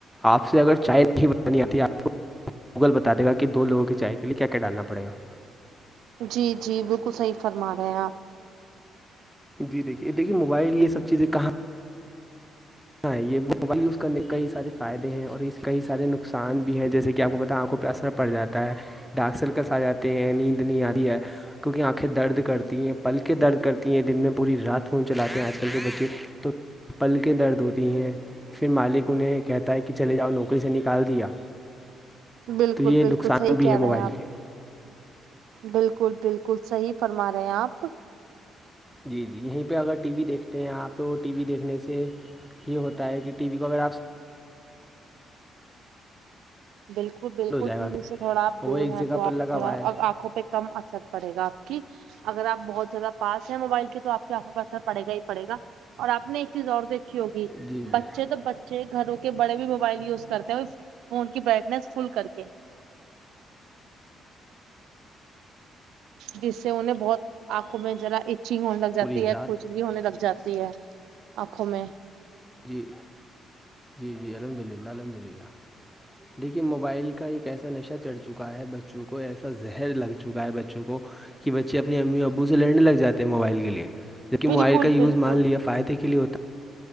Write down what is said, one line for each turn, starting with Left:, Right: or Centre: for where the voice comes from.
Centre: آپ سے اگر چائے نہیں بنانی آتی آپ کو- گوگل بتا دے گا کہ دو لوگوں کی چائے کے لئے کیا کیا ڈالنا پڑے گا-
Right: جی- جی بالکل صحیح فرما رہے ہیں آپ-
Centre: جی, دیکھیے- دیکھیے موبائل یہ سب چیزیں کہاں- ہاں یہ موبائل یوزنے کے کئی سارے فائد ہیں اور اس کئی سارے نقصان بھی ہیں جیسے کہ آپ کو بتا آنکھوں پہ اثر- پڑ جاتا ہے ڈاک سلکس آ جاتے ہیں نیند نہیں آتی ہے- کیونکہ آنکھیں درد کرتی ہیں پل کےیں درد کرتی ہیں دن میں پوری رات- فون چلاتے ہیں آج کل کے بچے تو پل کےیں درد ہوتے- ہیں پھر مالک انہیں کہتا ہے کہ چلے جاؤ نوکری سے نکال دیا-
Right: بالکل-
Centre: تو یہ
Right: بالکل
Centre: نقصان
Right: صحیح
Centre: بھی
Right: کہہ
Centre: ہے موبائل
Right: رہے ہیں آپ-
Centre: کے
Right: بالکل- بالکل صحی فرما رہے ہیں آپ
Centre: جی- جی یہیں پہ اگر ٹی وی دیکھتے ہیں آپ- تو ٹی وی دیکھنے سے یہ ہوتا ہے کہ ٹی وی کو اگر آپ س-
Right: بالکل- بالکل
Centre: ہو جائے
Right: ٹی
Centre: گا
Right: وی سے تھوڑا آپ
Centre: وہ
Right: دور
Centre: ایک
Right: ہیں
Centre: جگہ
Right: تو آپ
Centre: پر لگا
Right: تھوڑا
Centre: ہوا ہے
Right: آنکھوں پہ- کم اثر پڑے گا آپ کی اگر آپ بہت زیادہ- پاس ہے موبائل کے تو آپ آنکھوں پاسر پڑے گا ہی پڑے گا اور آپ ایک چیز اور دیکھ- ہوگی
Centre: جی جی
Right: بچے تو بچے گھروں کے بڑے بھی موبائل یوز کرتے ہیں- فون برائٹنیس فل کر کے جس سے انیں بہت آنکھوں میں ذرا- چھیگ ہونے لگ جاتی
Centre: پوری
Right: ہے
Centre: رات
Right: کھچلی ہونے لگ جاتی ہے آنکھوں میں
Centre: جی جی جی الحمد للہ الحمد للہ دیکھیے موبائل کا ایک ایسا نشہ چڑھ چکا ہے بچوں کو ایسا زہر لگ چکا ہے بچوں کو بچے اپنے امی ابو سے لڑنے لگ جاتے موبائل کے لیے جب کہ
Right: بالکل
Centre: موبائل کا یز
Right: بالکل
Centre: مان لیا فائدے کے لیے ہوتا